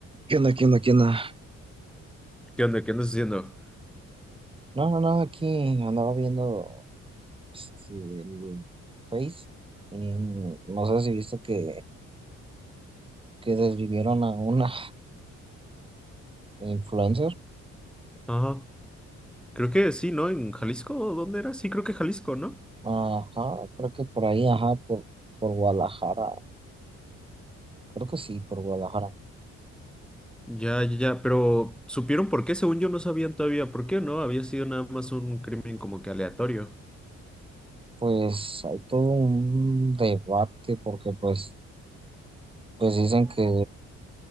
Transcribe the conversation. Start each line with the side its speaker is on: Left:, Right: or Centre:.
Right: ¿Qué onda? ¿Qué onda? ¿Qué onda?
Centre: ¿Qué onda? ¿Qué andas haciendo?
Right: No, no, no, aquí andaba viendo este, el Face y no sé si viste que, que desvivieron a una a- influencer.
Centre: Ajá. Creo que sí, ¿no? ¿En Jalisco? ¿Dónde era? Sí, creo que Jalisco, ¿no?
Right: Ajá, creo que por ahí, ajá, por, por Guadalajara. Creo que sí, por Guadalajara.
Centre: Ya, ya, ya, pero ¿supieron por qué? Según yo no sabían todavía por qué, ¿no? Había sido nada más un crimen como que aleatorio.
Right: Pues hay todo un debate porque pues, pues dicen que,